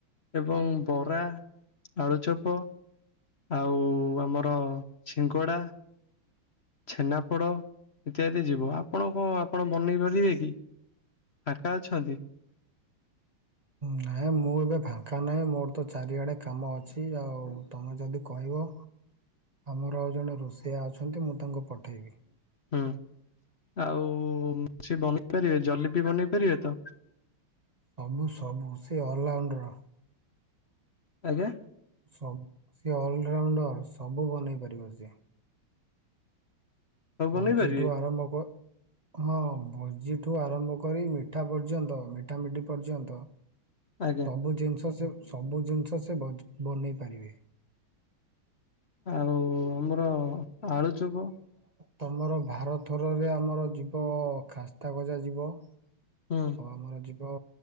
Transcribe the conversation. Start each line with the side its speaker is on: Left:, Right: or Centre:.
Left: ଏବଂ ବରା, ଆଳୁଚପ୍। ଆଉ ଆମର ଛିଙ୍କଡା। ଛେନାପୋଡ ଇତ୍ୟାଦି ଯିବ ଆପଣ କଣ ଆପଣ ବନେଇ ପାରିବେ କି? କାକା ଅଛନ୍ତି?
Right: ନାଇଁ ମୁଁ ଏବେ ଫାଙ୍କା ନାହିଁ ମୋର ତ ଚାରିଆଡେ କାମ ଅଛି ଆଉ ତମେ ଯଦି କହିବ ଆମର ଆଉ ଜଣେ ରୋଷେଇଆ ଅଛନ୍ତି ମୁଁ ତାଙ୍କୁ ପଠେଇବି।
Left: ହୁଁ ଆଉ ସେ ବନେଇ ପାରିବେ ଜଲେପି ବନେଇ ପାରିବେ ତ?
Right: ସବୁ ସବୁ ସେ ଅଲରାଉଣ୍ଡର।
Left: ଆଜ୍ଞା?
Right: ସବୁ ଅଲରାଉଣ୍ଡର ସବୁ ବନେଇ ପାରିବ ସିଏ।
Left: ସବୁ ବନେଇ
Right: ଭୋଜିଠୁ
Left: ପାରିବେ
Right: ଆରମ୍ଭ କ ହଁ ଭୋଜିଠୁ ଆରମ୍ଭ କରି ମିଠା ପର୍ଯ୍ୟନ୍ତ ମିଠା ମିଠି ପର୍ଯ୍ୟନ୍ତ
Left: ଆଜ୍ଞା
Right: ସବୁ ଜିନିଷ ସେ ସବୁ ଜିନିଷ ସେ ବନ ବନେଇ ପାରିବେ।
Left: ଆଉ ଆମର ଆଳୁଚୋପ?
Right: ତୁମର ଭାର ଥରରେ ଆମର ଯିବ ଖାସ୍ତା ଗଜା ଯିବ। ଆଉ
Left: ହୁଁ
Right: ଆମର ଯିବ